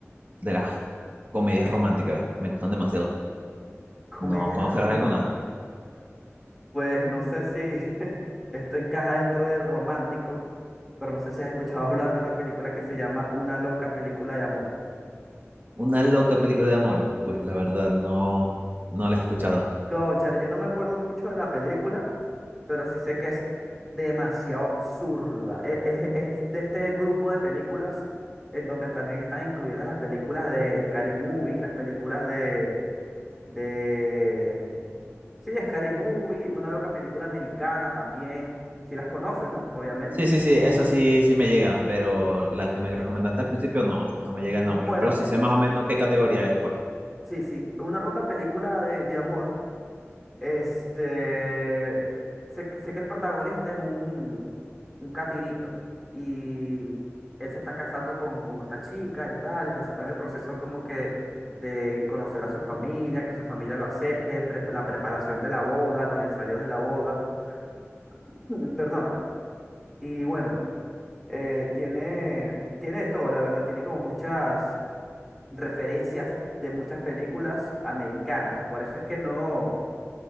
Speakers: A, on the right; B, in the centre.
A: de las comedias románticas. Me gustan demasiado.
B: Comedias
A: ¿No conocerás
B: románticas.
A: alguna?
B: Pues no sé si <laughs> esto encaja dentro de romántico, pero no sé si has escuchado hablar de una película que se llama Una loca película de amor.
A: Una loca película de amor. Pues la verdad, no, no la he escuchado.
B: Cónchale, yo no me acuerdo mucho de la película, pero sí sé que es demasiado absurda. E- Es, es de este grupo de películas en donde también están incluidas las películas de Scary Movie, las películas de, de... Sí, Scary Movie, una loca película americana también. Si las conoces, ¿no? Obviamente.
A: Sí, sí, sí, esas sí, sí me llegan, pero la que me recomendaste al principio no, no me llega
B: Bueno,
A: el nombre, pero sí sé
B: u-
A: más o menos qué categoría es, pues.
B: sí, sí, una loca película de, de amor Este, sé, sé que el protagonista es un, un catirito y él se está casando con, con esta chica y tal, entonces está en el proceso como que de conocer a su familia, que su familia lo acepte, pre- la preparación de la boda, los ensayos de la boda, <clears throat> Mm, perdóname. Y bueno, eh, tiene, tiene de todo, la verdad, tiene como muchas referencias de muchas películas americanas, por eso es que no...